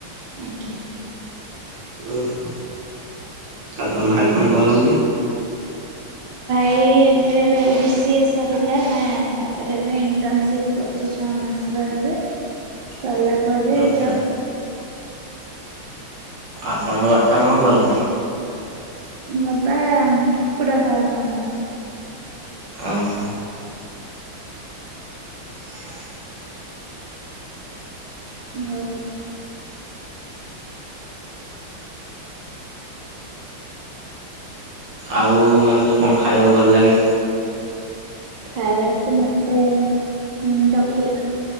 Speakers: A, on the right; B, on the right.
A: ଆଜ୍ଞା।
B: ହୁଁ ଆଉ ତମ ଭାଇ କଣ କରନ୍ତି?
A: ଏ ଏବେ ବି ସି ଏ ସରିଲା ତାପରେ ଏବେ ଇଣ୍ଟର୍ନସିପ୍ କରୁଛି ଛଅ ମାସ। ରହିବେ।
B: <inaudible>
A: ସରିଲା ପରେ
B: ଓହୋ
A: ଜବ।
B: ଆପଣଙ୍କ ବାପା କଣ କରନ୍ତି?
A: ବାବା କୁକୁଡ଼ା ଫାର୍ମ ଆମର।
B: ଓହୋ। <inaudible>
A: ଆଉ
B: ଆଉ ମାନେ ଯୋଉ କଣ ଖାଇବାକୁ ଭଲ ଲାଗେ?
A: ଖାଇବାକୁ ମତେ ହୁଁ। ଚକୁଳି